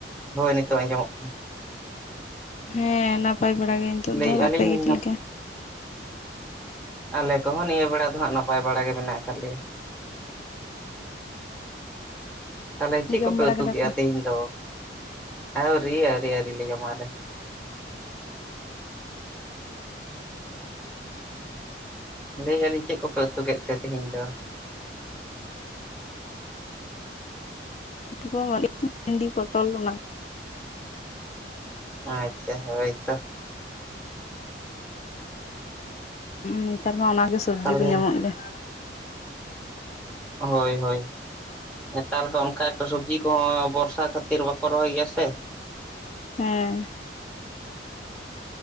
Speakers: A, in the centre; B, on the left.
A: ᱦᱳᱭ ᱱᱤᱛᱚᱜ ᱟᱸᱡᱚᱢᱚᱜ ᱠᱟᱱᱟ ᱾
B: ᱦᱮᱸ ᱱᱟᱯᱟᱭ ᱵᱟᱲᱟ ᱜᱮ ᱱᱤᱛᱚᱜ
A: ᱞᱟᱹᱭᱮᱫᱼᱟ
B: ᱫᱚ ᱾ ᱟᱯᱮ
A: ᱞᱤᱧ
B: ᱜᱮ ᱪᱮᱫ
A: ᱱᱟᱯ
B: ᱞᱮᱠᱟ?
A: ᱟᱞᱮ ᱠᱚᱦᱚᱸ ᱱᱤᱭᱟᱹ ᱵᱮᱲᱟ ᱫᱚ ᱦᱟᱸᱜ ᱱᱟᱯᱟᱭ ᱵᱟᱲᱟ ᱜᱮ ᱢᱮᱱᱟᱜ ᱟᱠᱟᱫ ᱞᱮᱭᱟ ᱾ ᱛᱟᱦᱚᱞᱮ ᱪᱮᱫ
B: ᱡᱚᱢ
A: ᱠᱚ ᱯᱮ
B: ᱵᱟᱲᱟ
A: ᱩᱛᱩ
B: ᱠᱮᱫᱟ
A: ᱠᱮᱜᱼᱟ ᱛᱤᱦᱤᱧ ᱫᱚ? ᱟᱹᱣᱨᱤ ᱟᱹᱣᱨᱤ ᱟᱹᱣᱨᱤ ᱞᱮ ᱧᱟᱢᱟ ᱟᱞᱮ ᱦᱚᱸ᱾ ᱞᱟᱹᱭᱮᱫ ᱟᱹᱞᱤᱧ ᱪᱮᱫ ᱠᱚ ᱯᱮ ᱩᱛᱩ ᱠᱮᱫ ᱛᱮ ᱛᱤᱦᱤᱧ ᱫᱚ?
B: ᱩᱛᱩ ᱠᱚ <unintelligible> ᱯᱚᱴᱚᱞ ᱚᱱᱟ ᱼᱼ
A: ᱟᱪᱪᱷᱟ ᱦᱳᱭ ᱛᱚ ᱾
B: ᱱᱮᱛᱟᱨ ᱢᱟ ᱚᱱᱟ ᱜᱮ ᱥᱚᱵᱽᱡᱤ
A: ᱛᱟᱦᱚᱞᱮ
B: ᱠᱚ ᱧᱟᱢᱚᱜ ᱞᱮ ᱼᱼ
A: ᱦᱳᱭ ᱦᱳᱭ ᱾ ᱱᱮᱛᱟᱨ ᱫᱚ ᱚᱱᱠᱟ ᱮᱠᱴᱟ ᱥᱚᱵᱽᱡᱤ ᱠᱚᱦᱚᱸ ᱵᱚᱨᱥᱟ ᱠᱷᱟᱹᱛᱤᱨ ᱵᱟᱠᱚ ᱨᱚᱦᱚᱭ ᱜᱮᱭᱟ ᱥᱮ ᱾
B: ᱦᱮᱸ ᱾